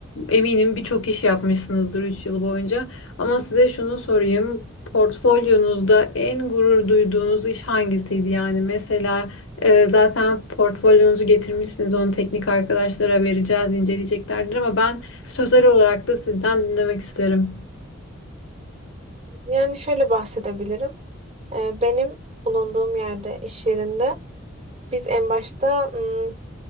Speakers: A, on the left (about 85°); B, on the right (about 30°).
A: eminim birçok iş yapmışsınızdır 3 yıl boyunca ama size şunu sorayım portfolyonuzda en gurur duyduğunuz iş hangisiydi yani mesela e, zaten portfolyonuzu getirmişsiniz onu teknik arkadaşlara vereceğiz inceleyeceklerdir ama ben sözel olarak da sizden dinlemek isterim.
B: Yani şöyle bahsedebilirim. Ee, Benim bulunduğum yerde, iş yerinde biz en başta ım,